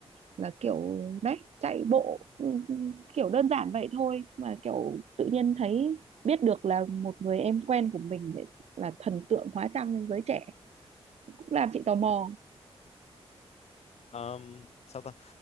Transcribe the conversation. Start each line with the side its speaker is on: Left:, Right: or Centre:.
Right: là kiểu đấy chạy bộ ừ, ừ, kiểu đơn giản vậy thôi mà kiểu tự nhiên thấy biết được là một người em quen của mình để là thần tượng hóa trang trong giới trẻ cũng làm chị tò mò
Left: ờm, sao ta